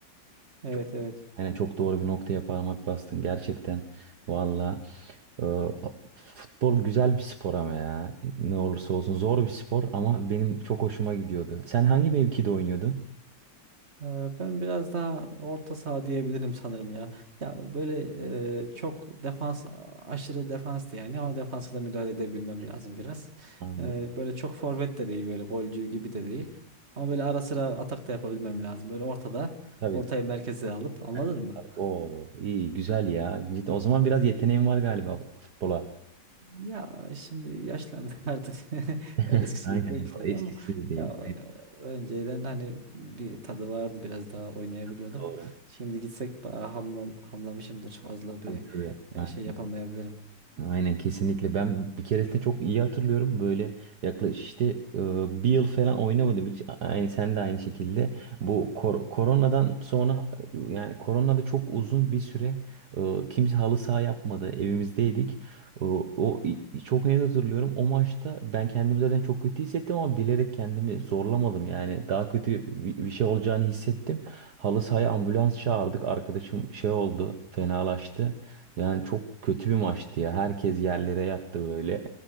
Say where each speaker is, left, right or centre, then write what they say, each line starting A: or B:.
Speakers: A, on the right; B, on the right.
A: evet
B: Çok
A: evet.
B: yani çok doğru bir noktaya parmak bastın gerçekten valla. E, futbol güzel bir spor ama ya ne olursa olsun zor bir spor ama benim çok hoşuma gidiyordu. Sen hangi mevkide oynuyordun?
A: Ee, Ben biraz daha orta saha diyebilirim sanırım ya. Ya böyle e, çok defans aşırı defans da yani ama defansa da müdahale edebilmem
B: Evet.
A: lazım biraz.
B: Aynen.
A: Ee, Böyle çok forvet de değil böyle golcü gibi de değil. Ama böyle ara sıra atak da yapabilmem lazım. Böyle ortada
B: Tabii.
A: ortayı merkeze alıp anladın
B: Herkes.
A: mı?
B: Oo, iyi güzel ya. Cidden- O zaman biraz yeteneğin var galiba futbola.
A: Ya şimdi yaşlandık <laughs> artık.
B: <laughs>
A: Öyle eskisi
B: Aynen.
A: gibi değil tabii
B: Eskisi
A: ama
B: gibi değil.
A: ya e, önceden hani bir tadı vardı biraz daha oynayabiliyorduk.
B: Tabii doğru.
A: Şimdi gitsek ba- hamlam, hamlamışımdır fazla bir
B: Tabii tabii. Aynen.
A: e, şey yapamayabilirim.
B: Aynen kesinlikle. Ben bir keresinde çok iyi hatırlıyorum. Böyle yaklaşık işte e, bir yıl falan oynamadım hiç. A- Aynı sen de aynı şekilde. Bu kor- koronadan sonra e, yani koronada çok uzun bir süre e, kimse halı saha yapmadı. Evimizdeydik. O, o i- çok net hatırlıyorum. O maçta ben kendimi zaten çok kötü hissettim ama bilerek kendimi zorlamadım. Yani daha kötü bir, bir şey olacağını hissettim. Halı sahaya ambulans çağırdık. Arkadaşım şey oldu, fenalaştı. Yani çok kötü bir maçtı ya. Herkes yerlere yattı böyle.